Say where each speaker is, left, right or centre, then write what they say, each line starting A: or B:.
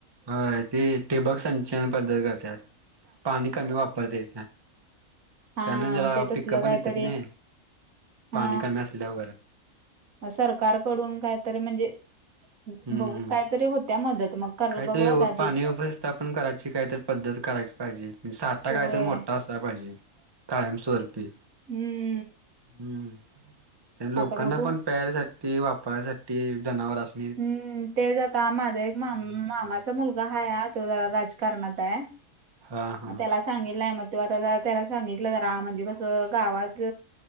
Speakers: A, on the right (about 20°); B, on the right (about 80°).
A: हो ते ठिबक संचन पद्धत करतात पाणी कमी वापरते.
B: हा
A: त्यान जरा
B: ते तसलं
A: पिकं
B: काहीतरी
A: पण येतात ना
B: हा
A: पाणी कमी असल्यावर.
B: सरकारकडून काहीतरी म्हणजे
A: हम्म
B: बघू
A: हम्म
B: कायतरी होत्या मदत मग. कर
A: काहीतरी
B: बघू आता
A: पाणी
B: ती
A: व्यवस्थितापण करायची काहीतरी पद्धत करायची पाहिजे म्हणजे साठा
B: होय
A: कायतरी अस पाहिजे कायमस्वरपी
B: हम्म.
A: हम्म लोकांनापण
B: आता बघू
A: प्यारसाठी ते वापरायसाठी जनावर असते
B: हम्म ते आता माझा एक मामाचा मुलगा हा तो जरा राजकारणात आहे
A: हा हा
B: त्याला सांगितलंय मग तू आता त्याला सांगितलं जरा म्हणजे कसं गावात.